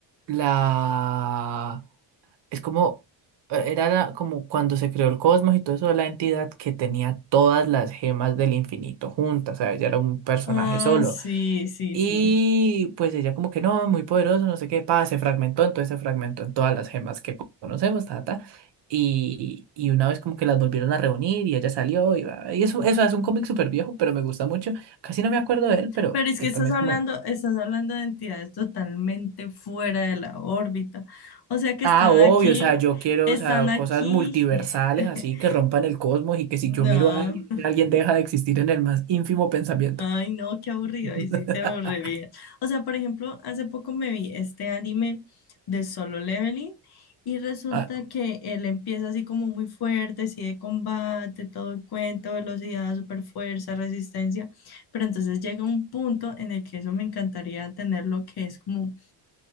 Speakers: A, on the right (about 60°); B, on the left (about 50°).
A: la, es como, eh, era la- como cuando se creó el cosmos y todo eso, la entidad que tenía todas las gemas del infinito juntas, o sea, ella era un personaje
B: Ah,
A: solo.
B: sí, sí,
A: Y
B: sí.
A: pues ella como que no, muy poderoso, no sé qué, pa, se fragmentó, entonces se fragmentó en todas las gemas que co- conocemos, ta, ta. Y, y una vez como que las volvieron a reunir y ella salió y, va- y eso, eso es un cómic súper viejo, pero me gusta mucho. Casi no me acuerdo de él, pero
B: Pero es
A: es
B: que estás
A: también
B: hablando,
A: es como,
B: estás hablando de entidades totalmente fuera de la órbita. O sea que
A: ah,
B: están
A: obvio,
B: aquí,
A: o sea, yo quiero,
B: están
A: o sea,
B: aquí.
A: cosas multiversales
B: <laughs>
A: así que rompan el cosmos y que si
B: No,
A: yo miro a alguien, alguien deja de existir en el más ínfimo pensamiento.
B: ay no, qué aburrido,
A: <laughs>
B: ahí sí te aburriría. O sea, por ejemplo, hace poco me vi este anime de Solo Leveling y resulta
A: Ah,
B: que él empieza así como muy fuerte, así de combate, todo el cuento, velocidad, super fuerza, resistencia, pero entonces llega un punto en el que eso me encantaría tener lo que es como